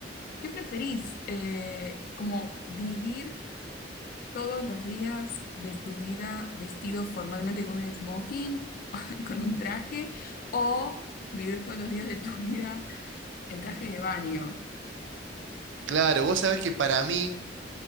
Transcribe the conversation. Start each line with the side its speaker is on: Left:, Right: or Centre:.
Left: ¿qué preferís? Eh, como vivir todos los días de tu vida vestido formalmente con un smoking, <laughs> con un traje, o vivir todos los días de tu vida en traje de baño.
Right: Claro, vos sabés que para mí,